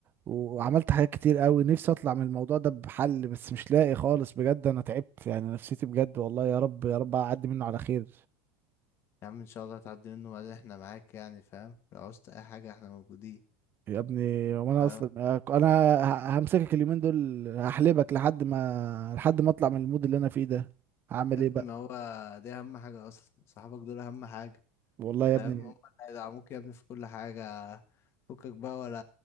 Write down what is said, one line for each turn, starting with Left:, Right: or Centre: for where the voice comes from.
Right: وعملت حاجات كتير قوي نفسي اطلع من الموضوع ده بحل بس مش لاقي خالص بجد انا تعبت يعني نفسيتي بجد والله يا رب يا رب اعدي منه على خير
Left: يا عم ان شاء الله هتعدي منه وبعدين احنا معاك يعني فاهم لو عوزت اي حاجة احنا موجودين
Right: يا ابني وانا
Left: فاهم
Right: اصلا انا ه- همسكك اليومين دول هحلبك لحد ما لحد ما اطلع من المود اللي انا فيه ده هعمل
Left: يا
Right: ايه
Left: ابني
Right: بقى
Left: ما هو دي اهم حاجة اصلا صحابك دول اهم حاجة
Right: والله
Left: فاهم
Right: يا ابني
Left: هم اللي هيدعموك يا ابني في كل حاجة فكك بقى ولا